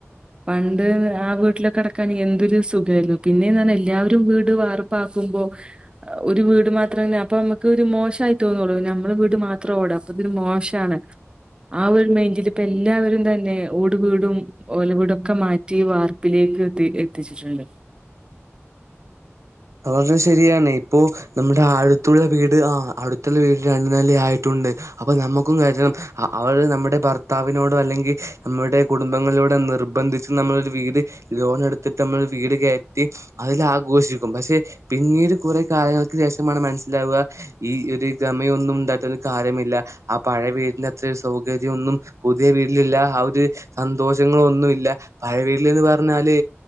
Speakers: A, on the right (about 20°); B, on the right (about 80°).
A: പണ്ട് ആഹ് വീട്ടിലൊ കെടക്കാൻ എന്തൊരു സുഖായിരുന്നു പിന്നെന്ന് പറഞ്ഞ എല്ലാവരും വീട് വാർപ്പാക്കുമ്പോ ഒരു വീട് മാത്രങ്ങനെ അപ്പൊ നമുക്ക് ഒരു മോശായി തോന്നൊള്ളു നമ്മളെ വീട് മാത്രം ഓട് അപ്പ മോ മോശാണ് ആ ഒരു മൈൻഡില് ഇപ്പ എല്ലാവരും തന്നെ ഓട് വീടും ഓലവീടും ഒക്കെ മാറ്റി വാർപ്പിലേ ഈലു എത്തി എത്തിച്ചിട്ടുണ്ട്
B: അവർഞ്ഞ ശരിയാണ് ഇപ്പോ നമ്മുടെ അഴുത്തുള്ള വീട് ആഹ് അടുത്തുള്ള വീട് രണ്ടു നെല ആയിട്ടുണ്ട് അപ്പൊ നമുക്കും <unintelligible> അ അവള് നമ്മുടെ ഭർത്താവിനോടൊ അല്ലെങ്കി നമ്മു ടെ കുടുംബങ്ങളിലൂടെ നിർബന്ധിച്ച് നമ്മളരു വീട് ലോൺ എടുത്തിട്ട് നമ്മൾ വീട്കയറ്റി അതി ആഗോഷു പക്ഷെ പിന്നീട് കുറ കാലയങ്ങൾക്ക് ശേഷമാണ് മനസ്സിലാവുക ഈ ഒരു ഗമയൊന്നും ഉണ്ടായിട്ട കാര്യമില്ല ആ പഴയ വീടിന്റെ അത്ര ഒരു സൗകാര്യമൊന്നും പുതിയ വീട്ടിലില്ല ആ ഒരു സന്തോഷി ങ്ങള ഒന്നുമില്ല പഴവീട്ടൽന്ന് പറഞ്ഞാല്